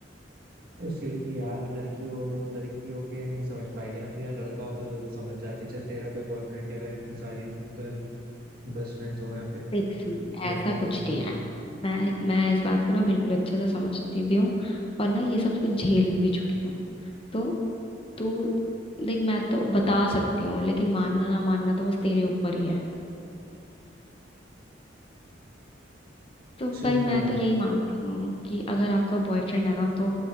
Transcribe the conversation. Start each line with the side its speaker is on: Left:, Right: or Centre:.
Right: तो फिर भी यार लड़कियों लड़कियों के नहीं समझ पाएगी ना तो यार लड़का हो तो जरूर समझ जाती चल तेरा कोई बॉयफ्रेंड या अगर इतनी सारी गर्ल बेस्ट फ्रेंड्स हो या फिर
Left: देख सुन ऐसा
Right: लड़के
Left: कुछ
Right: दोस्तों
Left: नहीं है मैं मैं इस बात को ना बिल्कुल अच्छे से समझती भी हूँ और ना ये सब कुछ झेल भी चुकी हूँ तो तू देख मैं तो बता सकती हूँ लेकिन मानना ना मानना तो बस तेरे ऊपर ही है तो
Right: फिर
Left: भाई मैं
Right: भी यार
Left: तो यही मानती हूँ कि अगर आपका बॉयफ्रेंड है ना तो